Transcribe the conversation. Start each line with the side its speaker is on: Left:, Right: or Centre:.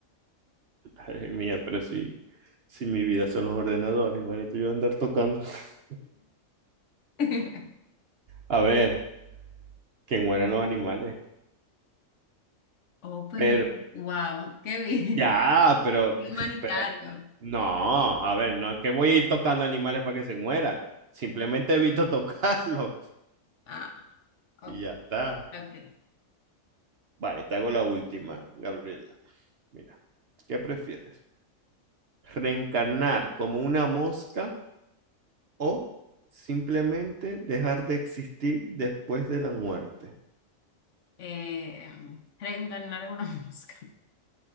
Right: Madre mía, pero si, si mi vida son los ordenadores, imagínate yo andar tocando. <laughs>
Left: <laughs>
Right: A ver, que mueran los animales.
Left: Oh, pero
Right: Pero,
Left: wow, qué bien.
Right: ya, pero,
Left: <laughs> Qué
Right: <laughs>
Left: Humanitario.
Right: pero, no, a ver, no es que voy a ir tocando animales para que se mueran. Simplemente evito <laughs> tocarlos
Left: Ah, ok,
Right: y ya está.
Left: ok.
Right: Vale, te hago la última, Gabriela. Mira, ¿qué prefieres? ¿Reencarnar como una mosca o simplemente dejar de existir después de la muerte?
Left: Eh, reencarnar en una <laughs> mosca.